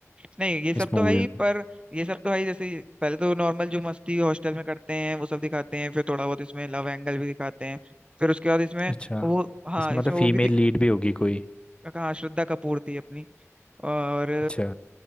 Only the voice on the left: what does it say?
इस मूवी
में
अच्छा
इसमें
मतलब फीमेल
लीड भी होगी कोई
अच्छा